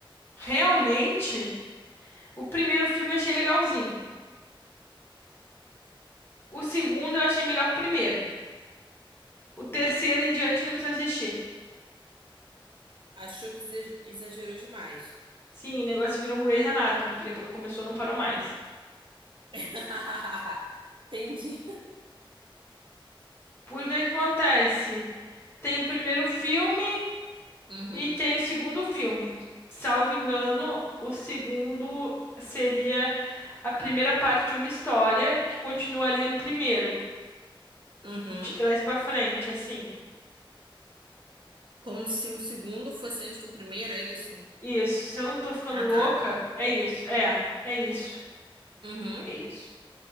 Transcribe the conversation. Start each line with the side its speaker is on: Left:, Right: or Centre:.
Left: Realmente, o primeiro filme eu achei legalzinho. O segundo eu achei melhor que o primeiro. O terceiro em diante não precisa existir.
Right: Achou que exa- exagerou demais.
Left: Sim, o negócio virou um Grey's Anatomy, que depois que começou não parou mais.
Right: <laughs> Entendi.
Left: Por que que acontece? Tem o primeiro filme
Right: Uhum,
Left: e tem o segundo filme. Salvo engano, o segundo seria a primeira parte de uma história que continuaria no primeiro,
Right: uhum.
Left: de trás pra frente, assim.
Right: Como se o segundo fosse antes do primeiro, é isso?
Left: Isso, se eu não tô ficando
Right: Ah,
Left: louca,
Right: tá.
Left: é isso. É, é isso.
Right: Uhum,
Left: É isso.